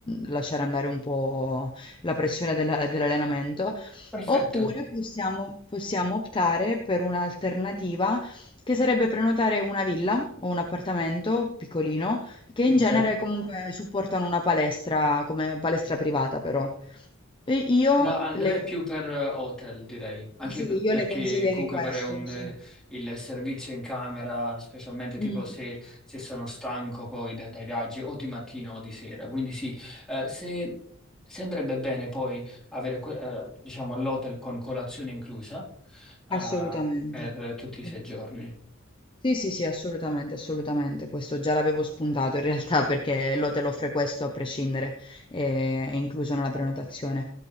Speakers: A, on the left (about 25°); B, in the centre.
A: lasciare andare un po' la pressione della- dell'allenamento.
B: Perfetto.
A: Oppure possiamo, possiamo optare per un'alternativa che sarebbe prenotare una villa o un appartamento piccolino, che in
B: Ok.
A: genere comunque supportano una palestra come palestra privata però. E io
B: No, andrei
A: le,
B: più per eh, hotel, direi, anche
A: sì,
B: per-
A: io
B: perché
A: le consiglierei
B: comunque
A: questo,
B: vorrei un,
A: sì.
B: eh, il servizio in camera, specialmente tipo
A: Mm,
B: se, se sono stanco poi da- dai viaggi o di mattina o di sera. Quindi sì, eh, se, se andrebbe bene poi avere, que- eh, diciamo, l'hotel con colazione inclusa, eh,
A: assolutamente.
B: per tutti i
A: Sì.
B: sei giorni.
A: Sì, sì, sì, assolutamente, assolutamente. Questo già l'avevo spuntato in realtà <laughs> perché l'hotel offre questo a prescindere, eh, è incluso nella prenotazione.